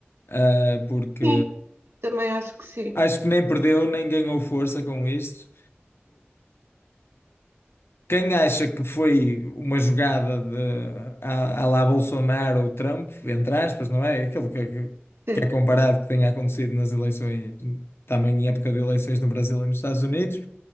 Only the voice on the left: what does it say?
ah, porque
acho que nem perdeu nem ganhou força com isto. Quem acha que foi uma jogada de, à, à lá Bolsonaro ou Trump, entre aspas, não é? Aquilo que, é que-
que é comparado que tenha acontecido nas eleições, também em época de eleições no Brasil e nos Estados Unidos,